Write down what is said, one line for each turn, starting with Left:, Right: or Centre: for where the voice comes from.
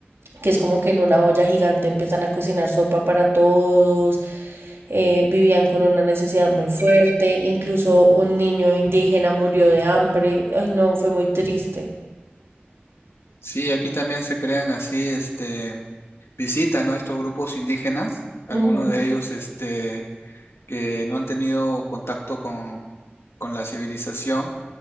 Right: que es como que en una olla gigante empiezan a cocinar sopa para todos, eh, vivían con una necesidad muy fuerte, incluso un niño indígena murió de hambre, ay no, fue muy triste.
Left: Sí, aquí también se crean así, este, visitan, ¿no? Estos grupos indígenas, algunos
Right: Ujú.
Left: de ellos, este que no han tenido contacto con, con la civilización,